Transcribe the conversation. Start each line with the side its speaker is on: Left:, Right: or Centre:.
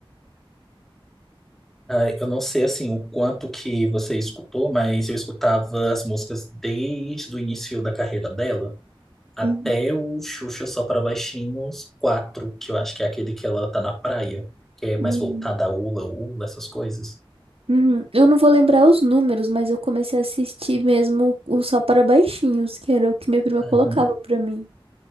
Centre: Ah, Eu não sei, assim, o quanto que você escutou, mas eu escutava as músicas desde o início da carreira dela. Até
Right: Uhum,
Centre: o Xuxa Só Pra Baixinhos quatro que eu acho que é aquele que ela tá na praia, que é mais
Right: uhum.
Centre: voltada a Ula Ula, essas coisas.
Right: Uhum, Eu não vou lembrar os números, mas eu comecei a assistir mesmo o Só para Baixinhos, que era o que minha prima
Centre: Uhum.
Right: colocava pra mim.